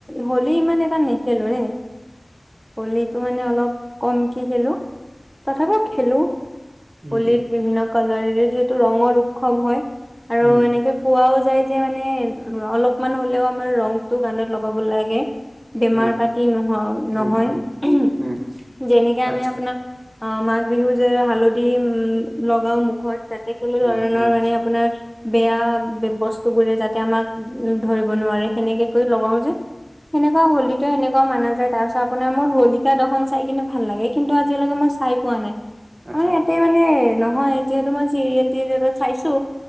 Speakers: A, in the centre; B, on the right.
A: হলী ইমান এটা নেখেলো ৰে। হলীটো মানে অলপ কমকে খেলো <unintelligible> খেলো।
B: উম
A: হোলিত
B: উম
A: বিভিন্ন কালাৰেৰে যিহেতু ৰঙৰ উৎসৱ হয় আৰু
B: উম
A: এনেকে খোৱাও যায় যে মানে ৰ' অলপমান হ'লেও আমাৰ ৰ <unintelligible> গানত লগাব লাগে বেমাৰ
B: উম
A: পাতি নোহোৱা
B: উম,
A: নহয়।
B: উম, উম,
A: যেনেকে
B: আচ্ছা,
A: আমি আপোনাৰ আহ মাঘ বিহু <unintelligible> হালধি উম, লগাও মুখত যাতে কোনো
B: উম,
A: ধৰণৰ
B: উম,
A: মানে আপোনাৰ বেয়া বস্তু বোৰে যাতে আমাক ধৰিব নোৱাৰে সেনেকে কৈ লগাও যে সেনেকুৱা হলিটো সেনেকুৱা মানা যায় তাৰপাছত আপোনাৰ মোৰ হলিকা দশন চাই কিনে ভাল লাগে কিন্তু আজিলৈকে মই চাই পোৱা নাই।
B: আচ্ছা,
A: অ, ইয়াতে মানে নহয় যিহেতু মই চিৰিয়েল তিৰেয়েলত চাইছো